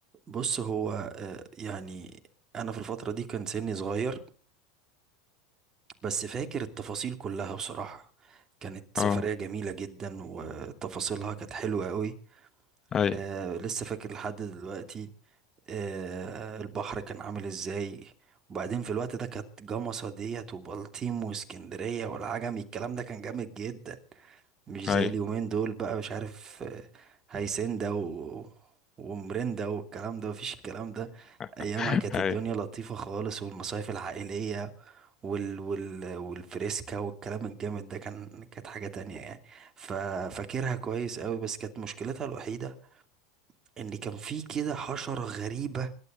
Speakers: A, on the right (about 30°); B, on the left (about 25°).
A: بص هو آه، يعني انا في الفتره دي كان سني صغير بس فاكر التفاصيل كلها بصراحه كانت سفريه
B: اه
A: جميله جدا وتفاصيلها كانت حلوه قوي
B: اي
A: آه لسه فاكر لحد دلوقتي آه البحر كان عامل ازاي وبعدين في الوقت ده كانت جمصة ديت وبلطيم واسكندريه والعجمي الكلام ده كان جامد جدا مش
B: اي
A: زي اليومين دول بقى مش عارف هيسندا و... ومرندا والكلام ده مفيش الكلام ده
B: <laughs>
A: ايامها كانت
B: اي
A: الدنيا لطيفة خالص والمصايف العائلية وال... وال... والفريسكا والكلام الجامد ده كان كانت حاجة تانية يعني ف... فاكرها كويس قوي بس كانت مشكلتها الوحيدة ان كان في كده حشرة غريبة